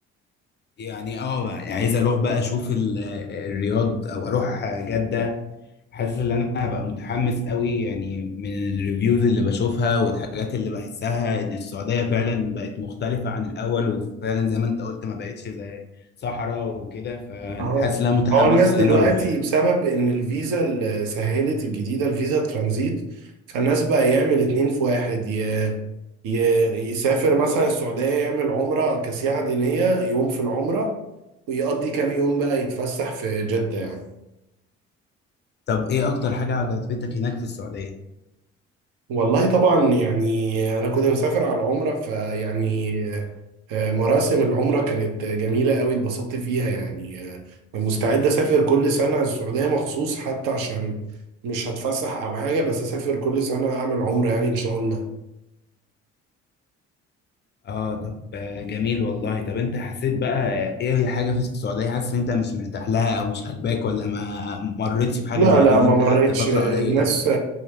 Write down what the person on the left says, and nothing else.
يعني اه عايز اروح بقى اشوف ال- الرياض او اروح جدة حاسس ان انا هبقى متحمس قوي يعني من الريفيوز اللي بشوفها والحاجات اللي بحسها ان السعودية فعلا بقت مختلفة عن الاول وفعلا زي ما انت قلت ما بقتش زي صحراء وكده فحاسس
ان انا متحمس
ان انا اروح
طب ايه اكتر حاجة عجبتك هناك في السعودية؟
اه طب آه، جميل والله طب انت حسيت بقى ايه هي حاجة في السعودية حاسس ان انت مش مرتاح لها او مش عاجباك ولا ما مرتش بحاجة
زي
دي اللي
انت
قعدت فترة
قليلة؟